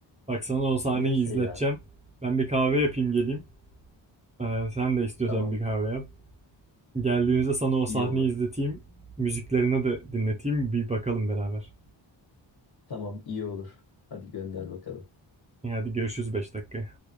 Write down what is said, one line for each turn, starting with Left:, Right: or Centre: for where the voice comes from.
Right: Bak sana o sahneyi
Left: Neyse
Right: izleteceğim.
Left: ya
Right: Ben bir kahve yapayım geleyim. Ee, sen de istiyorsan
Left: tamam
Right: bir kahve yap. Geldiğimizde sana o
Left: iyi
Right: sahneyi
Left: olur.
Right: izleteyim. Müziklerini de dinleteyim. Bir bakalım beraber.
Left: Tamam iyi olur. Hadi gönder bakalım.
Right: E, Hadi görüşürüz 5 dakika.